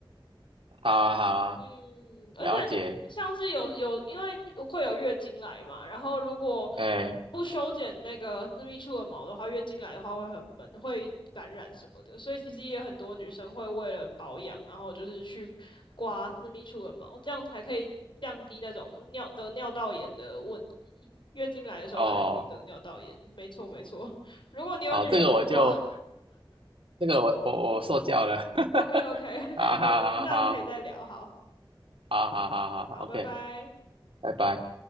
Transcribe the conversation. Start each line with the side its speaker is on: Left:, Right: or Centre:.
Right: 好啊，好啊，
Left: 嗯，而且
Right: 了解。
Left: 像是有有，因为会有月经来嘛，然后如果
Right: 哎，
Left: 不修剪那个私密处的毛的话，月经来的话会很闷，会感染什么的，所以其实也有很多女生会为了保养，然后就是去刮私密处的毛，这样才可以降低那种尿得尿道炎的问题。月经来的时候很容易得尿道炎，
Right: 哦，
Left: 没错没错。<laughs> 如果你有女儿的话
Right: 好，这个我就这个我我我受教了。<laughs>
Left: ，OK OK，<laughs> 好，
Right: 好好好好
Left: 我们下次可以再聊，好
Right: 好好好好好，OK，
Left: 好，拜拜。
Right: 拜拜。